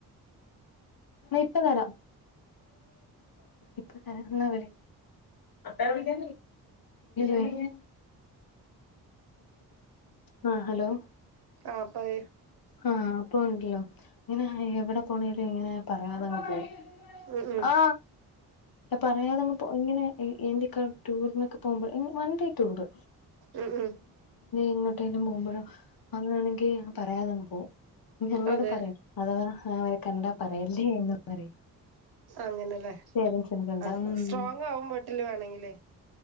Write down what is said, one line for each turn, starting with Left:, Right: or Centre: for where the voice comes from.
Left: ഇപ്പ തരാം ഇപ്പ തരാം എന്നാവിളി ഏ വിളി എടി ആഹ് ഹലോ
Right: ആഹ് പറയും.
Left: ആഹ് ഇപ്പൊ ഉണ്ടല്ലോ ഇങ്ങനെ എവിടെ പോണേലും ഇങ്ങനെ പറയാതെ അങ്ങ് പോകും.
Right: ഉം ഉം
Left: ആ പറയാതെ എങ്ങ് എങ്ങനെ എന്തൊക്ക ടൂറിനൊക്കെ പോകുമ്പോൾ വൺ ഡേ ടൂറ്.
Right: ഉം ഉം
Left: എങ്ങട്ടെല്ലും പോകുമ്പോഴോ അങ്ങാണെങ്കിൽ പറയാതെങ്ങ് പോകും ഞങ്ങളോട്
Right: അതെ
Left: പറയില്ല അഥവാ അവരെ കണ്ടാ പറയല്ലേ എന്നും പറയും
Right: അങ്ങനെയല്ലേ
Left: പേരൻസിനെ കണ്ടാ
Right: ആ
Left: ഉം
Right: സ്ട്രോങ് ആകും വിട്ടില് വേണെങ്കിലേൽ